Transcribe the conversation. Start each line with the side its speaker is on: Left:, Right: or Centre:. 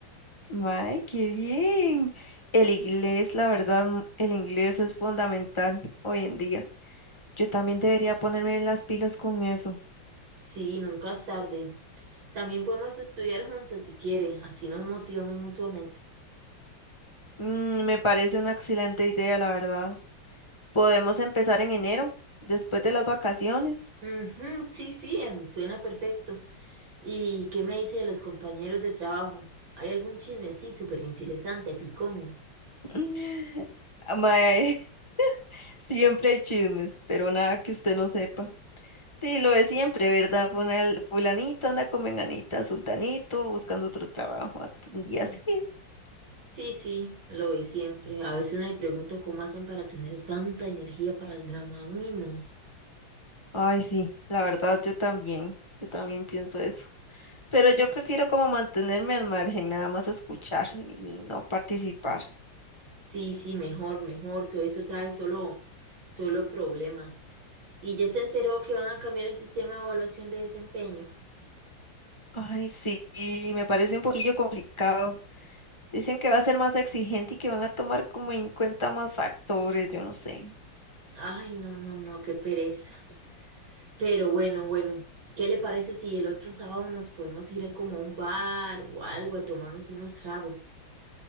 Left: Mae, qué bien. El inglés, la verdad, m- el inglés es fundamental hoy en día. Yo también debería ponerme las pilas con eso.
Right: Sí, nunca es tarde. También podemos estudiar juntas si quiere, así nos motivamos mutuamente.
Left: Mm, me parece una excelente idea, la verdad. Podemos empezar en enero, después de las vacaciones.
Right: Ujú, sí, sí, em, suena perfecto. ¿Y qué me dice de los compañeros de trabajo? ¿Hay algún chisme así súper interesante, picón?
Left: <laughs> Ah, Mae, <laughs> siempre hay chismes, pero nada que usted no sepa. Sí, lo es siempre, ¿verdad? Funa- Fulanito anda con venganita, sultanito, buscando otro trabajo at- y
Right: Mm.
Left: así.
Right: Sí, sí, lo ve siempre. A veces me pregunto cómo hacen para tener tanta energía para el drama. Uy, no.
Left: Ay, sí, la verdad yo también, yo también pienso eso. Pero yo prefiero como mantenerme al margen, nada más escuchar y no participar.
Right: Sí, sí, mejor, mejor. So, eso trae solo, solo problemas. ¿Y ya se enteró que van a cambiar el sistema de evaluación de desempeño?
Left: Ay, sí, y me parece un poquillo complicado. Dicen que va a ser más exigente y que van a tomar como en cuenta más factores, yo no sé.
Right: Ay, no, no, no, qué pereza. Pero bueno, bueno, ¿qué le parece si el otro sábado nos podemos ir como a un bar o algo a tomarnos unos tragos?